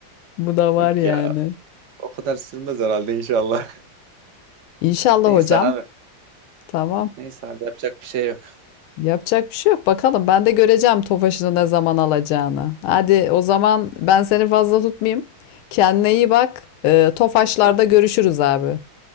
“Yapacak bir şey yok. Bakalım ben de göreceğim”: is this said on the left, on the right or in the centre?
Left